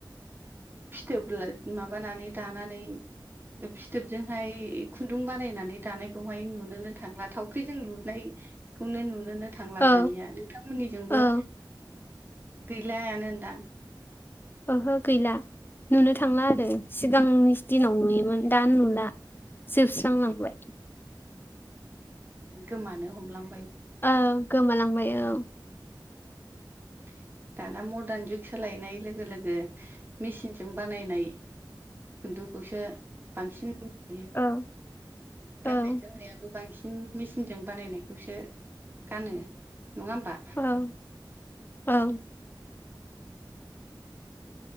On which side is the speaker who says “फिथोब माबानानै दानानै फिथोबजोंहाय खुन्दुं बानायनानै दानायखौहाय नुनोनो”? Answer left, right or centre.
Right